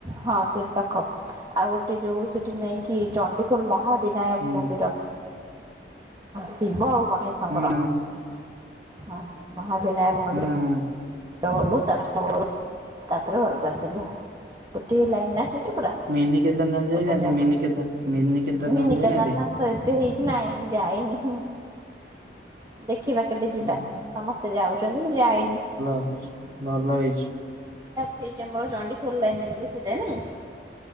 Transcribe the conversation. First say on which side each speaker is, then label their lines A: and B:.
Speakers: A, on the right (about 25°); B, on the right (about 55°).
A: ହଁ। ସେଟ୍ ପାଖ ଆଉ ଗୋଟେ ଯୋଉ ସେଠି ନେଇଁକି ଚଣ୍ଡିଖୋଲ ମହା ବିନାୟକ
B: ହୁଁ
A: ମନ୍ଦିର ଶିବ ଆଉ ଗଣେଶଙ୍କର।
B: ହୁଁ
A: ହଁ ମହାବିନାୟକ ମନ୍ଦିର।
B: ହୁଁ ହୁଁ
A: ଓ ଗଲୁ <unintelligible> ତାପରେ ଘରକୁ ଆସିଲୁ ଗୋଟିଏ ଲାଇନ ନା ସେଇଟା ପୁରା।
B: ମିିନି କେଦାରନାତ୍
A: ସବୁ
B: ଯାଇନାହାନ୍ତି
A: ଜାଗା
B: ମିିନିକେଦା ମିିନି କେଦାରନାତ୍
A: ମିନି
B: ଯାଇନାହାନ୍ତି?
A: କେଦାରନାଥ ତ ଏବେ ହେଇଛି ନାଇଁ ଯାଇନି ହୁଁ ଦେ ଖିବା କେବେ ଯିବା
B: ହୁଁ
A: ସମସ୍ତେ ଯାଉଛନ୍ତି ମୁଁ ଯାଇନି।
B: ହେଚି ଭଲ ହେଇଛି।
A: ସେଇଟା ମୋର ଚଣ୍ଡିଖୋଲ ଲାଇନରେ ବୋଧେ ସେଇଟା ନାଇଁ।